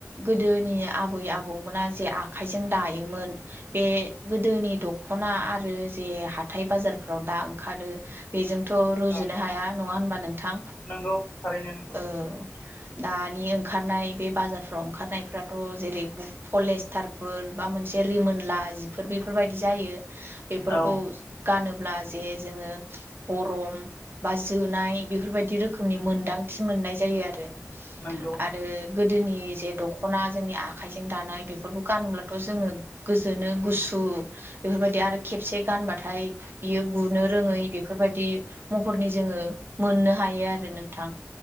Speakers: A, on the right; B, on the left.
A: गोदोनि आबै आबौमोना जे आखाइजों दायोमोन बे गोदोनि दखना आरो जे हाथाय बाजारफोराव दा ओंखारो बेजोंथ रुजुनो
B: औ
A: हाया नङा होनबा नोंथां
B: नंगौ थारैनो नांगौ
A: औ दानि ओंखारनाय बे बाजारफ्राव ओंखारनायफ्राथ जेरै पलेस्टारफोर बा मोनसे ज रिमोनला जिफोर बेफोरबायदि जायो बेफोरखौ
B: औ
A: गानोब्ला जे जोङो गरम बा जोनाय बेफोरबायदि रोखोमनि मोनदांथि मोननाय जायो आरो
B: नंगौ
A: आरो गोदोनि जे दखना जोंनि आखायजों दानाय बेफोरखौ गानोब्लाथ जोङो गोजोनो गुसु बेफोर बेफोरबायदि आरो खेबसे गानबाथाय बियो गुनो रोङै बेफोरबायदि महरनि जोङो मोननो हायो आरो नोंथां